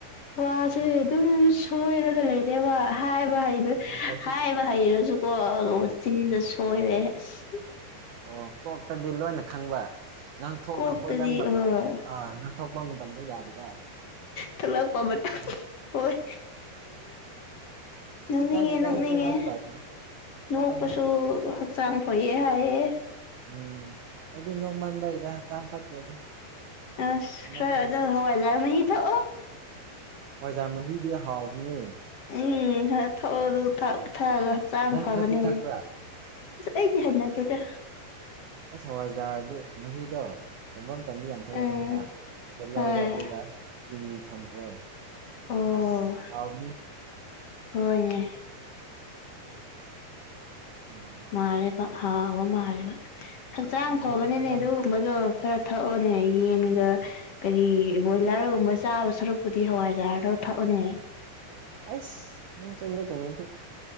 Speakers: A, on the left; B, on the right.
A: ꯋꯥꯁꯦ ꯑꯗꯨꯝ ꯁꯣꯏꯔꯒ ꯂꯩꯔꯦ ꯋꯥ ꯍꯥꯏ ꯍꯥꯏꯕ ꯍꯩꯕ
B: ꯑꯣ ꯀꯩꯁꯨ
A: ꯍꯥꯏꯕ ꯍꯩꯔꯁꯨꯀꯣ ꯆꯤꯟꯗ
B: ꯎꯝ
A: ꯁꯣꯏꯔꯦ ꯑꯁ
B: ꯑꯣ ꯀꯣꯛꯇꯗꯤ ꯂꯣꯏꯅ ꯈꯪꯕ ꯉꯪꯊꯣꯛꯂꯛꯄꯗ
A: ꯀꯣꯛꯇꯗꯤ ꯑꯥ
B: ꯑꯥ ꯉꯪꯊꯣꯛꯄ ꯃꯇꯝꯗ ꯌꯥꯗꯕ
A: ꯊꯂ ꯄꯕ ꯇ
B: ꯑꯦ
A: ꯍꯣꯏ
B: ꯀꯩꯁꯨ
A: ꯅꯅꯨꯡꯅꯤꯡꯉꯦ
B: ꯀꯥꯏꯗꯦꯗ
A: ꯅꯣꯛꯅꯤꯡꯉꯦ
B: ꯑꯩꯁꯨ ꯑꯗꯨꯝ ꯇꯧꯕꯅꯤ
A: ꯅꯣꯛꯄꯁꯨ
B: ꯅꯣꯛꯑꯣ ꯅꯣꯛꯑꯣ
A: ꯍꯛꯆꯥꯡ ꯐꯩꯌꯦ ꯍꯥꯏꯑꯦ
B: ꯎꯝ ꯑꯩꯗꯤ ꯅꯣꯡꯃꯟꯕꯩꯔꯥ ꯍꯛꯆꯥꯡ ꯐꯠꯇ꯭ꯔꯦꯗ
A: ꯑꯁ
B: ꯍꯟꯗꯛ
A: ꯈ
B: ꯃꯔꯛꯁꯤ
A: ꯍꯋꯥ ꯂꯥ ꯃꯤ ꯑ
B: ꯄꯖꯥ ꯃꯍꯤꯗꯤ ꯍꯥꯎꯕꯅꯦ
A: ꯎꯝ ꯊꯛꯑ ꯑꯗꯨ ꯊꯛꯑꯒ ꯍꯛꯆꯥꯡ
B: ꯅꯪ
A: ꯐꯕꯅꯦ
B: ꯊꯛꯇꯤ ꯊꯛꯄ꯭ꯔꯥ
A: ꯑꯩꯗꯤ ꯍꯥꯏ ꯅꯠꯇꯦꯗ
B: ꯑꯩ ꯍꯋꯥꯏꯖꯥꯔꯗꯨ ꯃꯍꯤꯗꯣ ꯊꯣꯐꯝ ꯃꯇꯝꯟꯗ ꯌꯥꯝ ꯊꯣꯛꯂꯛꯀꯅꯤꯅ
A: ꯎꯝ
B: ꯑꯗꯨ
A: ꯍꯣꯏ
B: ꯂꯧꯔꯣ ꯑꯗꯨꯒ ꯆꯤꯅꯤ ꯊꯝꯈ꯭ꯔꯣ
A: ꯑꯣ
B: ꯑꯁ ꯑꯅꯦ
A: ꯍꯣꯏꯅꯦ
B: ꯎꯝ
A: ꯃꯥꯔꯦ ꯄ ꯍꯥꯥꯎ ꯑ ꯃꯥꯔꯦ ꯍꯛꯆꯥꯡ
B: ꯎꯝ
A: ꯐꯕꯅꯤꯅꯦ
B: ꯅꯪꯗꯤ ꯊꯠꯂꯝꯃꯣꯏ
A: ꯑꯗꯨꯒꯨꯝꯕꯗꯣ ꯈꯔ ꯊꯛꯑꯣꯅꯦ ꯑꯩ ꯌꯦꯟꯒ ꯀꯔꯤ ꯕꯣꯏꯂꯔꯒꯨꯝꯕ ꯆꯥꯕ ꯁꯔꯨꯛꯄꯨꯗꯤ ꯍꯋꯥꯏꯖꯥꯗ ꯊꯛꯑꯅꯦ
B: ꯑꯁ ꯅ ꯆꯂ ꯀꯗꯤ